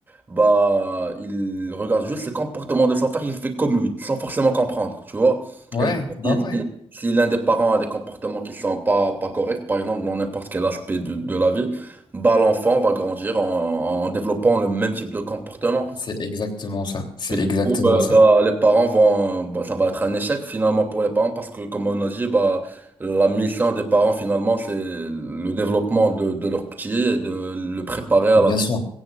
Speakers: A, on the right; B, on the left.
A: bah, il regarde juste les comportements de son frère, il fait comme lui, sans forcément comprendre, tu vois.
B: Ouais,
A: Et du coup,
B: bah
A: si,
B: ouais.
A: si- si l'un des parents a des comportements qui sont pas, pas corrects, par exemple, dans n'importe quel aspect de, de la vie, bah, l'enfant va grandir en, en développant le même type de comportement.
B: C'est exactement ça. C'est
A: Et du
B: exactement
A: coup, bah,
B: ça.
A: bah, les parents vont, bah, ça va être un échec finalement pour les parents parce que, comme on a dit, bah, la mission des parents finalement, c'est le développement de, de leur petit et de le préparer à
B: Mais
A: la,
B: bien sûr,